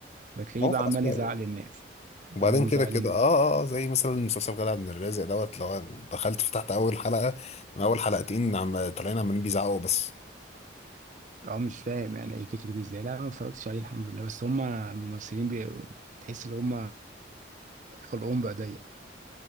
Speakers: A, on the right; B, on the left.
A: فتلاقيه
B: هو
A: بقى
B: خلاص
A: عمال
B: بقى.
A: يزعل الناس
B: وبعدين
A: عمال يزعل
B: كده كده
A: الناس
B: اه اه آه، زي مثلا مسلسل غلا عبد الرازق دوت لو أنا دخلت فتحت اول حلقه من اول حلقتين عم طالعين عمالين بيزعقوا بس
A: اه مش فاهم يعني ايه فكره ازاي لا أنا ما اتفرجتش عليه الحمد لله بس هم الممثلين بي... تحس ان هم خلقهم بقى ضيق